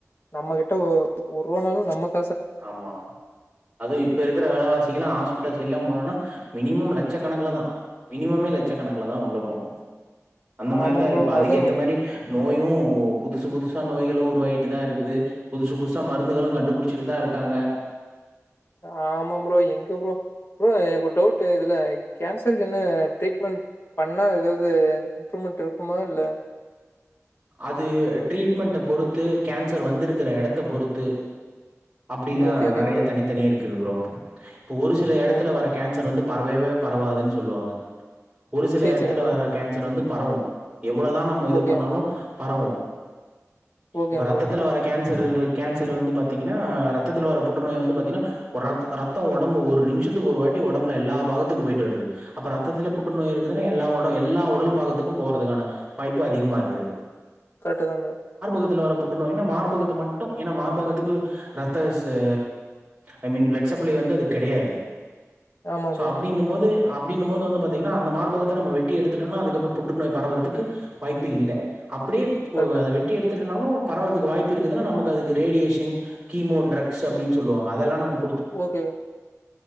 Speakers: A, on the left; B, on the right.
A: நம்ம கிட்ட ஒ ஒர்வாநாளு நமக்
B: ஆமா அது இப்ப இருக்குற வெலவாசி இங்கெல்லா ஹாஸ்பிடல்ஸ் சைடுல்லா போனோன்னா மினிமம் லட்ச கணக்குல தா மினிமமே லட்ச கணக்குல தா உள்ள போணு அந்த மாரிதா
A: ஆமா
B: இருக்கு
A: ப்ரோ
B: இப்ப அதுக்கேத்த
A: அதுவு
B: மாரி நோயு புதுசு புதுசு த நோய்களு உருவாயிட்டு தா இருக்குது புதுசு புஸ்சா மருந்துகளு கண்டுபிடிச்சிட்டு தா இருக் காங்க
A: ஆமாம் ப்ரோ எங்க ப்ரோ ப்ரோ எனக்கு ஒரு டவுட்டு இதுல கேன்சருக்கு என்ன ட்ரீட்மெண்ட் பண்ணா ஏதாது ம்ரூமெண்ட் இருக்குமா இல்ல
B: அது ட்ரீட்மெண்ட பொறுத்து கேன்சர் வந்துருக்குர எடத்த பொறுத்து அப்டிலா
A: ஓகே ஓகே
B: நெறைய
A: ப்ரோ
B: தனித்தனி இருக்குது ப்ரோ இப்போ ஒரு சில எடத்துல
A: ஓ
B: வர்ற கேன்சர் வந்து பரவவே பரவாதுனு சொல்லுவாங்க ஒரு சில
A: சேரி
B: எடத்துல
A: சேரிங் ப்ரோ
B: வர்ற கேன்சர் வந்துப் பரவு எவ்ளோதா நம்ம இது
A: ஓகே
B: பண்ணாலு பரவு
A: ஓகே
B: இப்ப ரத்தத்துல
A: ப்ரோ
B: வர்ற கேன் தெருல கேன்சர் வந்து பாத்தீங்கன்னா ரத்தத்துல வர்றப் புற்றுநோய் வந்து பாத்திங்கனா ஒரு ரத் ரத் த்தோ ஒடம்பு ஒரு நிமிஷத்துக்கு ஒரு வாட்டி ஒடம்புல எல்லா பாகதுக்கு போயிட்டு வருது அப்ப ரத்தத்துல புற்றுநோய் இருக்குதுனா எல்லா ஒ எல்லா உடல் பாகதுக்கும் போறதுக்கான வாய்ப்பு அதிகமா இருகுது
A: கரெக்ட்தாங்க
B: மார்பகத்தில வர்ற புற்றுநோயினா மார்பகத்த மட்டு ஏனா மார்பகத்துக்கு ரத்த ச ஐ மீன் பிளட் சப்ளை வந்து அதுக்கு கிடையாது
A: ஆமா
B: சோ
A: ப்ரோ
B: அப்டிங்கும் போது அப்படினும் போது வந்து பாத்தீங்கன்னா அந்த மார்பகத்த நம்ம வெட்டி எடுத்துட்டோனா அதுக்கு அப்ரோ புற்றுோய் பரவுவதற்கு வாய்ப்பு இல்ல அப்படியே போ
A: கரெக்ட்டு
B: அத வெட்டி எடுத்துட்டுனாலும் பரவுவதற்கு வாய்ப்பு இருக்கு நமக்கு அதுக்கு ரேடியேஷன் கீமோ டக்ஸ் அப்படின்னு சொல்லுவாங்க அதெல்லாம் நமக்
A: ஓகே